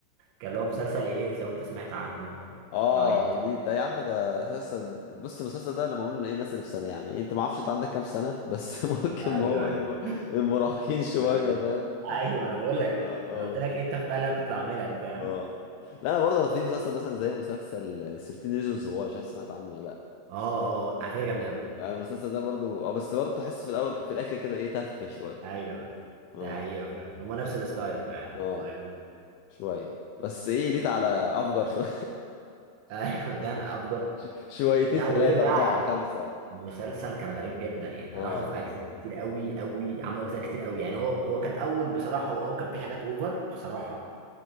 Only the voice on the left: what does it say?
اه
دي ده يا عم ده اساسا بص المسلسل ده لما معمول لايه الناس اللي في سنه يعني إيه، انت ما اعرفش انت عندك كام سنه بس <laughs> ممكن
هو
يبقى مراهقين شويه
فاهم
اه
اه
اه لا انا برضه في مسلسل مثلا زي مسلسل 13 ريزونز واي مش عارف سمعت عنه ولا لا
أنا المسلسل ده برضه اه بس برضه تحس في الاول في الاخر كده ايه تف شويه
اه
اه
شويه بس ايه ليت على افجر شويه
<laughs> شويتين
ثلاثه
اربعه خمسه
اه
لا
لا